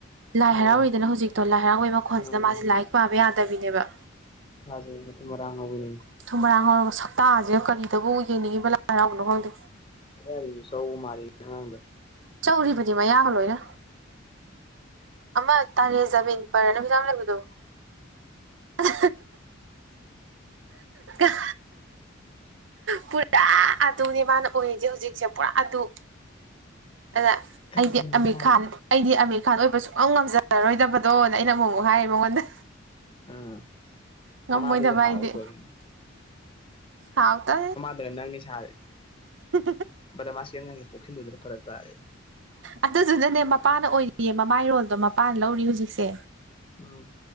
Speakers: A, on the right (about 65°); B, on the left (about 25°).
A: ꯂꯥꯏ
B: ꯑꯣ
A: ꯍꯔꯥꯎꯔꯤꯗꯅ ꯍꯧꯖꯤꯛꯇꯣ ꯂꯥꯏ ꯍꯔꯥꯎꯕꯩ ꯃꯈꯣꯟꯁꯤꯅ
B: ꯎꯝ
A: ꯃꯥꯁꯦ ꯂꯥꯏꯔꯤꯛ ꯄꯥꯕ ꯌꯥꯗꯕꯤꯅꯦꯕ
B: ꯏꯁꯖꯦ ꯃꯊꯨꯝ ꯃꯔꯥꯡ ꯍꯧꯅꯤ
A: ꯃꯊꯨꯝ ꯍꯔꯥꯡ ꯍꯧꯔꯒ ꯁꯛꯇꯥꯁꯤꯒ ꯀꯔꯤꯗꯕꯨ ꯌꯦꯡꯅꯤꯡꯉꯤꯕ ꯂꯥꯏ ꯍꯔꯥꯎꯕꯅꯣ ꯈꯪꯗꯦ
B: ꯃꯌꯥꯁꯨ ꯆꯧꯕ ꯃꯥꯜꯂꯤ ꯑꯉꯥꯡꯗꯣ
A: ꯆꯧꯔꯤꯕꯅꯤ ꯃꯌꯥꯒ ꯂꯣꯏꯅ ꯑꯃ ꯇꯥꯔꯦꯖꯃꯤꯟꯐꯤꯜꯂꯝ ꯂꯩꯕꯗꯣ ꯀ <unintelligible> ꯄꯨꯔꯥ ꯑꯗꯨꯅꯦ ꯃꯥꯅ ꯑꯣꯏꯔꯤꯁꯦ ꯍꯧꯖꯤꯛꯁꯦ ꯄꯨꯔꯥ ꯑꯗꯨ ꯑꯗ
B: ꯊꯛꯏꯅꯦ
A: ꯑꯩꯗꯤ ꯑꯃꯤꯔ
B: ꯃꯥꯕꯨ
A: ꯈꯥꯟ ꯑꯩꯗꯤ ꯑꯃꯤꯔ ꯈꯥꯟ ꯑꯣꯏꯕ ꯁꯨꯡꯛ ꯉꯝꯖꯔꯔꯣꯏꯗꯕꯗꯣꯅ ꯑꯩꯅ ꯑꯃꯨꯛ ꯑꯃꯨꯛ ꯍꯥꯏꯔꯤ ꯅꯤ ꯃꯉꯣꯟꯗ
B: ꯎꯝ
A: ꯉꯃꯣꯏꯗ
B: ꯃꯃꯥꯗꯨꯁꯨ
A: ꯕꯥꯏ
B: ꯍꯥꯎꯈ꯭ꯔꯕꯅꯤ
A: ꯑꯩ ꯗ ꯁꯥꯎ ꯇꯦ
B: ꯅ ꯅꯪꯅꯤ ꯁꯔꯤꯖꯦ
A: ꯎ
B: ꯕꯗꯃꯥꯁ ꯄꯣꯛ ꯁꯤꯜꯂꯨꯗ ꯐꯔꯛ ꯄꯥꯔꯦ
A: ꯑꯗꯨꯗꯨꯅꯅꯦ ꯃꯄꯥꯅ ꯑꯣꯏꯔꯤꯌꯦ ꯃꯃꯥꯏꯔꯣꯜꯗꯣ ꯃꯄꯥꯅ ꯂꯧꯔꯤ ꯍꯧꯖꯤꯛꯁꯦ
B: ꯎꯝ